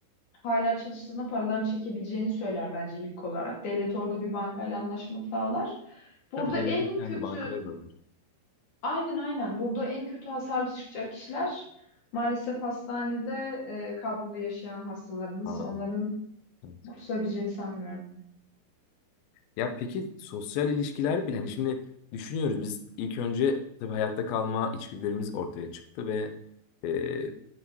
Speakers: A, on the left (about 55°); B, on the left (about 75°).
A: hala çalıştığına paralarını çekebileceğini söyler bence ilk olarak. Devlet orada bir bankayla anlaşma sağlar. Burada
B: Tabii devletin
A: en
B: kendi
A: kötü
B: bankaları da var.
A: aynen aynen burada en kötü hasarlı çıkacak kişiler maalesef hastanede e, kablolu yaşayan hastalarımız.
B: Ha,
A: Onların
B: evet.
A: kurtulabileceğini sanmıyorum.
B: Ya peki sosyal ilişkiler bile hani şimdi düşünüyoruz biz ilk önce tabii hayatta kalma içgüdülerimiz ortaya çıktı ve e,